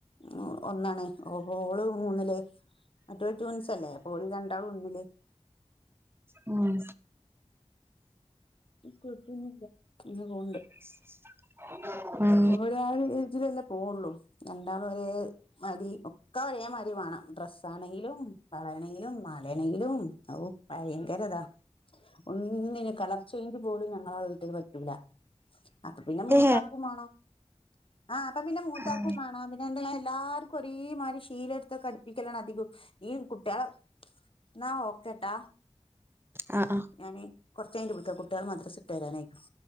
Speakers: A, on the left; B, on the right.
A: ഉ ഒന്നാണ് ഓ ഓള് മൂന്നില്. മറ്റെ ട്വിൻസ് അല്ലെ അപ്പോ രണ്ടാളും ഒന്നില്.
B: ആഹ്.
A: കൊഴപ്പൊന്നുല്ല ഇങ്ങനെ പോക്ണ്ട്.
B: <inaudible> ഉം.
A: ഓല് ആഹ് രീതിലല്ലേ പോവുള്ളൂ രണ്ടാള്. മതി ഒക്കെ ഒരേ മാതി വാണം ഡ്രെസ്സ് ആണെങ്കിലും വളയണെങ്കിലും മാലേണെങ്കിലും ഹൗ. ഭയങ്കരതാ ഒന്നിനും കളർ ചേഞ്ച് പോലും ഞങ്ങളെ വീട്ടില് പറ്റൂല. അത് പിന്നെ മൂത്താക്കും
B: ഏ
A: മാണം. ആഹ് അപ്പൊ പിന്നെ മൂത്താക്കും
B: ആ
A: മാണം പിന്നെ എന്ത ഞാൻ എല്ലാർക്കും ഒരേമാതിരി ശീലെട്ത്തക്കെട്പ്പിക്കലാണ് അധികം. ഈ കുട്ടിളെ ന്നാ ഓക്കേട്ടാ.
B: ആഹ് ആ
A: ഞാന് കൊറ്ച്ച കഴിഞ്ഞ്ട്ട് വിളിക്ക കുട്ടികൾ മദ്രസ് വിട്ട് വരാനായിക്കണ്.